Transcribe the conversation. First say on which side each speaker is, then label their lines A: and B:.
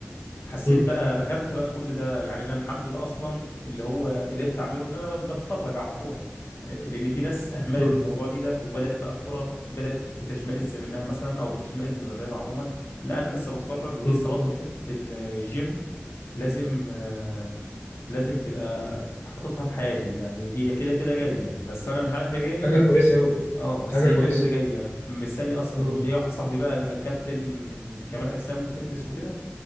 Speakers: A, on the left; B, on the left.
A: حسيت
B: مم.
A: بقى ركنت بقى كل ده يعني انا الحمد لله اصلا اللي هو قدرت اعمله ان انا ب- بتفرج على الكوره لان في ناس اهملت
B: مم.
A: الموضوع دي ده وبدات بقى الكوره بدات بتشمئز منها مثلا او بتشمئز من الرياضه عموما لا انا لسه بتفرج ولسه
B: مم.
A: برضو حته ال- الجيم لازم آه، لازم تبقى حاططها في حياتي يعني هي كده كده جايه بس انا مش عارف هي جايه امتى
B: حاجة كويسة أوي
A: اه بس
B: حاجة
A: هي
B: كويسة
A: كده كده جايه مستني اصلا
B: مم.
A: ليا واحد صاحبي بقى كابتن كمال اجسام وفتنس وكده